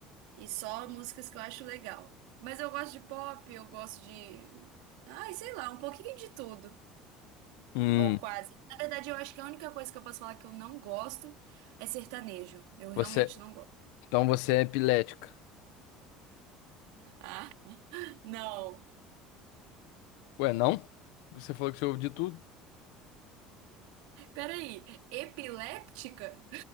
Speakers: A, on the right; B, on the left.
A: e só músicas que eu acho legal. Mas eu gosto de pop, eu gosto de, ai, sei lá, um pouquinho de tudo.
B: Hum,
A: Ou quase. Na verdade, eu acho que a única coisa que eu posso falar que eu não gosto é sertanejo. Eu realmente
B: você,
A: não gosto. <laughs>
B: então você é epilética.
A: Ah, Não.
B: Ué, não? Você falou que você ouve de tudo.
A: Peraí, epiléptica?